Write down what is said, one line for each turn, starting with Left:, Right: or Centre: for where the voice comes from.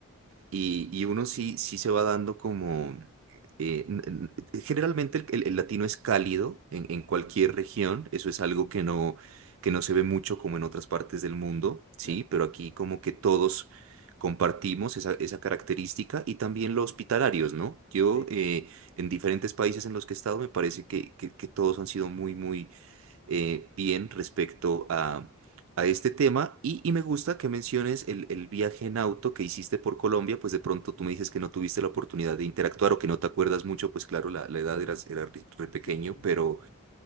Right: Y, y uno sí, sí se va dando como... eh, n- n- eh, generalmente el, el- el latino es cálido en, en cualquier región, eso es algo que no, que no se ve mucho como en otras partes del mundo, ¿sí?
Left: claro,
Right: Pero aquí como que todos compartimos esa, esa característica y también los hospitalarios, ¿no? Yo
Left: sí,
Right: eh, en diferentes países en los que he estado me parece que, que, que todos han sido muy, muy eh, bien respecto a, a este tema y, y me gusta que menciones el, el viaje en auto que hiciste por Colombia, pues de pronto tú me dices que no tuviste la oportunidad de interactuar o que no te acuerdas mucho, pues claro, la, la edad era, era re re pequeño,
Left: sí,
Right: pero,